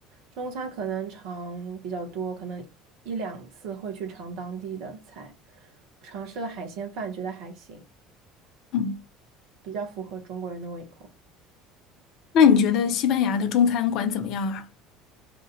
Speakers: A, on the right (about 55°); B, on the left (about 50°).
A: 中餐可能尝比较多，可能一两次会去尝当地的菜。我尝试了海鲜饭，觉得还行，
B: 嗯，
A: 比较符合中国人的胃口。
B: 那你觉得西班牙的中餐馆怎么样啊？